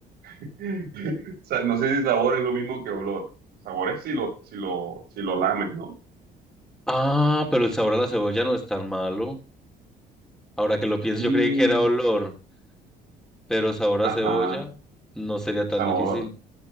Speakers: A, on the right; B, in the centre.
A: <laughs> Sa- No sé si sabor es lo mismo que olor. Sabor es si lo, si lo, si lo lames, ¿no?
B: Ah, pero el sabor a la cebolla no es tan malo. Ahora que lo pienso,
A: Mm,
B: yo creí que era olor, pero sabor
A: ajá,
B: a cebolla no sería tan
A: sabor.
B: difícil.